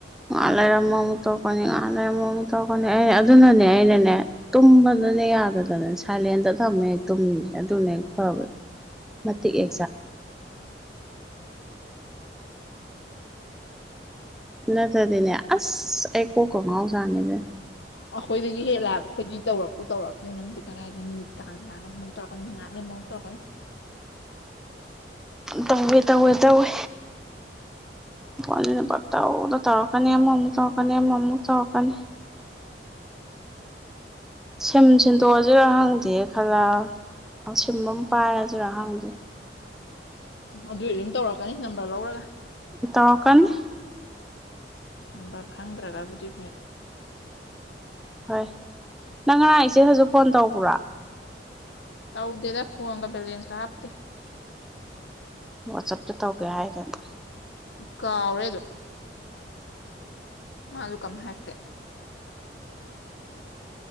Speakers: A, in the centre; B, on the left (about 85°).
A: ꯉꯍꯥꯛ ꯂꯩꯔ ꯑꯃꯃꯨꯛ ꯇꯣꯛꯀꯅꯤ ꯉꯍꯥꯛ ꯂꯩꯔ ꯑꯃꯃꯨꯛ ꯇꯣꯛꯀꯅꯤ ꯑꯩ ꯑꯗꯨꯅꯅꯦ ꯑꯩꯅꯅꯦ ꯇꯨꯝꯕ <unintelligible> ꯌꯥꯗꯗꯅ ꯁꯥꯏꯂꯦꯟꯗ ꯊꯝꯃ ꯍꯦꯛ ꯇꯨꯝꯃꯤꯁꯦ ꯑꯗꯨꯅ ꯍꯦꯛ ꯐꯕꯅꯦ꯫ ꯃꯇꯤꯛ <unintelligible> ꯅꯠꯇꯗꯤꯅꯦ ꯑꯁ ꯑꯩ ꯀꯣ ꯀ ꯉꯥꯎꯖꯅꯦꯕꯦꯝ꯫
B: ꯑꯈꯣꯏꯗꯒꯤ ꯍꯦꯜꯂꯦꯕ ꯈꯣꯏꯗꯤ ꯇꯧꯔꯛ ꯇꯧꯔꯛꯛꯇ ꯅꯪꯗꯤ ꯀꯔꯥꯏꯗꯒꯤ ꯃꯤꯅꯤꯠ ꯀꯥꯡꯗꯦ ꯉꯥꯛ ꯂꯩꯔꯥ ꯑꯃꯨꯛ ꯇꯧꯔꯛꯀꯅꯤ ꯉꯥꯛ ꯂꯩꯕꯔꯥ ꯑꯃ ꯃꯨꯛ ꯇꯧꯔꯛꯀꯅꯤ
A: ꯇꯧꯋꯦ ꯇꯧꯋꯦ ꯇꯧꯋꯦ ꯐꯣꯟꯁꯤꯅ ꯄꯪꯇꯧꯗ ꯇꯧꯔꯛꯀꯅꯤ ꯑꯃꯃꯨꯛ ꯑꯃꯃꯨꯛ ꯇꯧꯔꯛꯀꯅꯤ ꯑꯃꯃꯨꯛ ꯑꯃꯃꯨꯛ ꯇꯧꯔꯛꯀꯅꯤ ꯁꯤꯝ ꯁꯤꯟꯗꯣꯛꯑꯁꯤꯔ ꯍꯪꯗꯦ ꯈꯜꯂꯛꯑꯕꯅꯤ ꯁꯤꯝ ꯑꯃ ꯄꯥꯏꯔꯁꯤꯔꯥꯍꯪꯗꯤ
B: ꯑꯗꯣꯢꯁꯨ ꯑꯗꯨꯝ ꯇꯧꯔꯛꯀꯅꯤ ꯅꯝꯕꯔ ꯂꯧꯔꯒ
A: ꯇꯧꯔꯛꯀꯅꯤ
B: ꯅꯝꯕꯔ ꯈꯪꯗ꯭ꯔꯒꯕꯨꯗꯤ ꯐꯩ
A: ꯍꯣꯏ ꯅꯪ ꯉꯔꯥꯡ ꯏꯆꯦ ꯍꯥꯖꯨꯔ ꯐꯣꯟ ꯇꯧꯕ꯭ꯔꯥ
B: ꯇꯧꯗꯦꯗ ꯐꯟꯒ ꯚꯂꯦꯟꯁ ꯀ ꯍꯥꯞꯇꯦ
A: ꯋꯥꯆꯞꯇ ꯇꯧꯒꯦ ꯍꯥꯏꯗꯅ
B: ꯀꯥꯎꯔꯦ ꯑꯗꯨꯝ ꯃꯥꯁꯨ ꯀꯃ ꯍꯥꯏꯛꯇꯦ